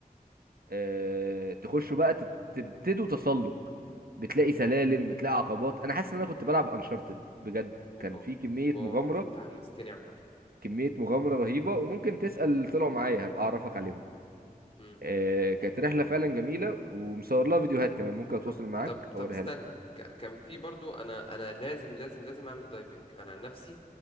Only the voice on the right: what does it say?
اه تخشوا بقى تب- تبتدوا تسلق بتلاقي سلالم بتلاقي عقبات انا حاسس ان انا كنت بلعب انشارتد بجد
كان في كميه
مغامره
كميه مغامره رهيبه وممكن تسال طلعوا معايا هبقى اعرفك عليهم
آه، كانت رحلة فعلا جميلة ومصور لها فيديوهات كمان ممكن اتواصل
معاك
اوريها
لك